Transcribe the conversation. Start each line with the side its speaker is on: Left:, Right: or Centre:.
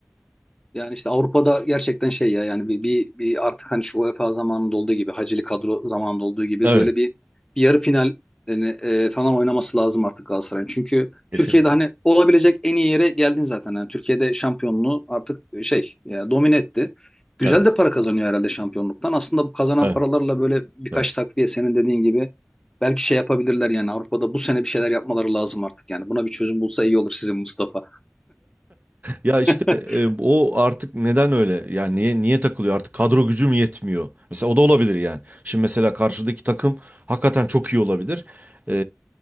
Left: Yani işte Avrupa'da gerçekten şey ya yani bir, bir, bir artık hani şu UEFA zamanında olduğu gibi Hacili kadro zamanında olduğu gibi
Right: Evet.
Left: böyle bir, bir yarı final yani, e, falan oynaması lazım artık Galatasaray'ın. Çünkü
Right: Kesinlikle.
Left: Türkiye'de hani olabilecek en iyi yere geldin zaten. Yani Türkiye'de şampiyonluğu artık e, şey e, domine etti. Güzel
Right: Evet.
Left: de para kazanıyor herhalde şampiyonluktan. Aslında bu kazanan
Right: Evet.
Left: paralarla böyle birkaç
Right: Tamam.
Left: takviye senin dediğin gibi belki şey yapabilirler yani Avrupa'da bu sene bir şeyler yapmaları lazım artık. Yani buna bir çözüm bulsa iyi olur sizin Mustafa.
Right: Ya işte
Left: <laughs>
Right: e, o artık neden öyle? Yani niye niye takılıyor artık? Kadro gücü mü yetmiyor? Mesela o da olabilir yani. Şimdi mesela karşıdaki takım hakikaten çok iyi olabilir. E,